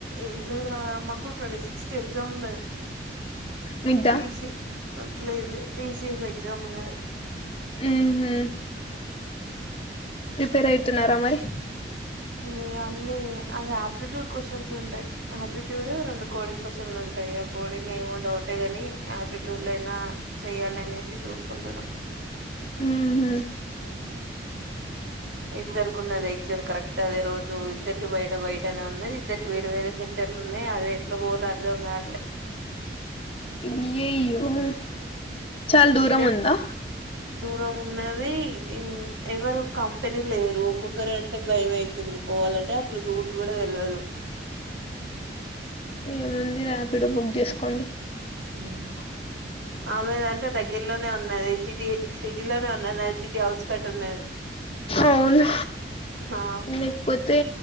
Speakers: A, on the right; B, on the left.
A: ఏం లేదు రా అమ్మకు ట్వంటీ సిక్స్ కి ఎగ్జామ్ ఉన్నది
B: మీద్దా
A: ఈసి అట్లంలే టి సి ఎస్ ఎక్సామ్ ఉన్నది
B: మ్ హు ప్రిపేర్ అయితున్నారా మరి
A: మ్ అన్నీ అ ఆప్లిట్యూడ్ క్వశ్చన్స్ ఉంటాయి, ఆప్లిట్యూడ్ రెండు కోడింగ్ క్వశ్చన్లు ఉంటాయి, ఇగ కోడింగ్ ఏమో డౌటే గాని ఆప్లిట్యూడ్ లోయినా చెయాలి అనేసి చూసుకుంటున్నా
B: మ్
A: మ్ ఇద్దరికి ఉన్నది ఎగ్జామ్ కరెక్ట్ అదే రోజు ఇద్దరికి బయట బయటనే ఉన్నది, ఇద్దరికి వేరే వేరే సెంటర్లు ఉన్నాయి అదే ఎట్లా పోవలో అర్ధం కావట్లే
B: ఇ్యయ్యో యో చాలా దూరం
A: ఇద్దరు
B: ఉందా
A: దూరం ఉన్నది ఇం ఎవరు కప్ పని లేరు ఒక్కొక్కరు అంటే భయం అయితుంది పోవాలంటే అటు రూట్ కూడా తెల్వదు
B: ఏముంది ర్యాపిడో బుక్ చేసుకోండి
A: మ్ ఆమెద అంటే దగ్గరలోనే ఉన్నది సిటీ సిటీలోనే ఉన్నది, అ సిటీ హౌస్ కట్ ఉన్నది
B: అవును
A: ఆ
B: లేకపోతే